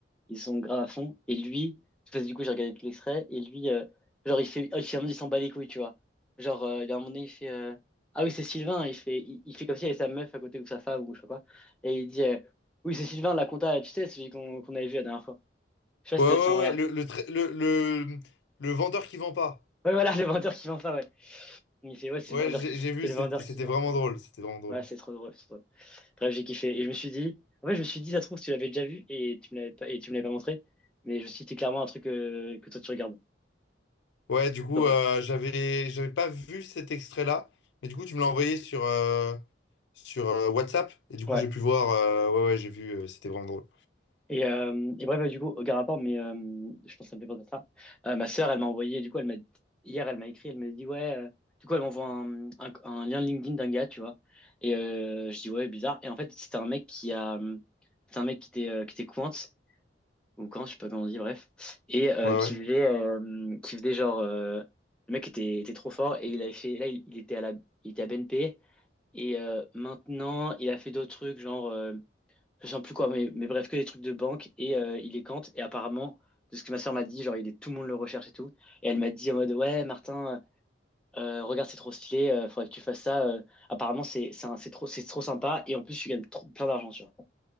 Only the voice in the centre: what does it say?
ils sont grave à fond. Et lui, parce que du coup, j'ai regardé tout l'extrait, et lui, euh, genre, il fait, oh, finalement, il s'en bat les couilles, tu vois. Genre, euh, il y a un moment donné, il fait, euh, ah oui, c'est Sylvain, il fait, il, il fait comme s'il y avait sa meuf à côté ou sa femme ou je sais pas. Et il dit, euh, oui, c'est Sylvain, la compta, tu sais, celui qu'on qu'on avait vu la dernière fois. Je sais pas
si
t'as vu ce moment-là.
Ouais, voilà, <laughs> le vendeur qui vend pas, ouais. Il me fait, ouais, c'est
le vendeur
qui.
C'est le
vendeur
qui vend.
Ouais, c'est trop drôle. c'est trop drôle. Bref, j'ai kiffé. Et je me suis dit, en fait, je me suis dit, ça se trouve, tu l'avais déjà vu et tu me l'avais pas, et tu me l'avais pas montré. Mais je me suis dit, c'est clairement un truc euh, que toi, tu regardes.
Drôle.
Ouais.
Et, euh, et bref, du coup, aucun rapport, mais euh, je pense que ça me fait penser à ça. Euh, ma sœur, elle m'a envoyé, du coup, elle m'a, hier, elle m'a écrit, elle m'a dit, ouais, euh, du coup, elle m'envoie un, un, un lien LinkedIn d'un gars, tu vois. Et euh, je dis, ouais, bizarre. Et en fait, c'était un mec qui a, c'était un mec qui était, euh, qui était cointe ou quand, je sais pas comment on dit, bref, et euh,
qui
faisait, euh, qui faisait genre, euh, le mec était, était trop fort et il avait fait, là il, il était à la, il était à BNP et euh, maintenant il a fait d'autres trucs genre, euh, je sais plus quoi, mais, mais bref que des trucs de banque et euh, il est Kant et apparemment de ce que ma soeur m'a dit, genre il est tout le monde le recherche et tout et elle m'a dit en mode ouais Martin, euh, euh, regarde c'est trop stylé, euh, faudrait que tu fasses ça, euh, apparemment c'est c'est un- c'est trop c'est trop sympa et en plus tu gagnes trop, plein d'argent tu vois.